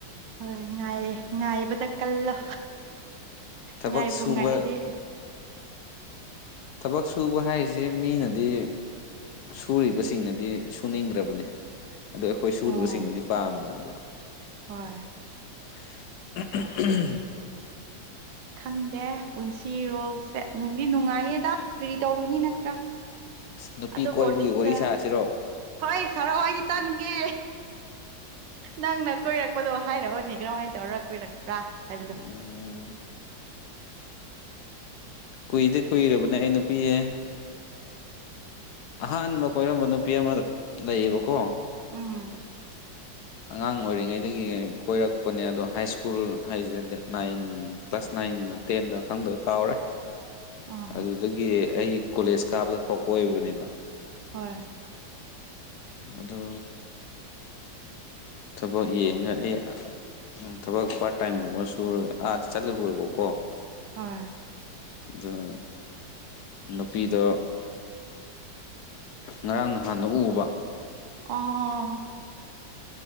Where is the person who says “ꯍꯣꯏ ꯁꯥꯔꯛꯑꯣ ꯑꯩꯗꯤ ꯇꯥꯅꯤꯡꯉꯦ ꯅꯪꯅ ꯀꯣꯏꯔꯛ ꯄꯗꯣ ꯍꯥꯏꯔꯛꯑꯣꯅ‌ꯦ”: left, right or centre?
Right